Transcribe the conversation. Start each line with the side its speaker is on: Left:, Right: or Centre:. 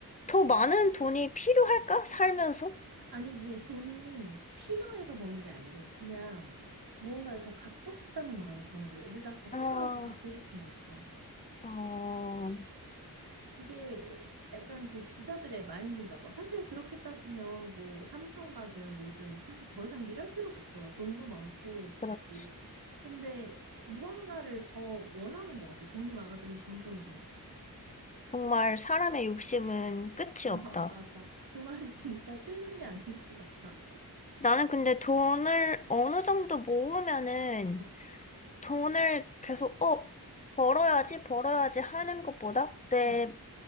Left: 더 많은 돈이 필요할까? 살면서?
Right: 아니지, 돈이 필요해서 버는 게 아니래. 그냥 무언가를 더 갖고 싶다는 마음에 버는 거래. 우리가 아까 숟가락
Left: 아,
Right: 더 갖고 싶은 것처럼.
Left: 어, 어,
Right: 그게 약간 그 부자들의 마인드인가 봐. 사실 그렇게 따지면 뭐 삼성 가든 뭐든 사실 더 이상 일할 필요가 없잖아. 돈도 많고
Left: 그렇지.
Right: 굳이. 근데 무언가를 더 원하는 것 같아. 돈이 많아지면 점점 더.
Left: 정말 사람의 욕심은 끝이
Right: <laughs> 아,
Left: 없다.
Right: 맞아. 그 말이 진짜 틀린 게 아닌 것 같아.
Left: 나는 근데 돈을 어느 정도 모으면은
Right: 응,
Left: 돈을 계속, 어, 벌어야지, 벌어야지 하는 것보다 내,
Right: 응.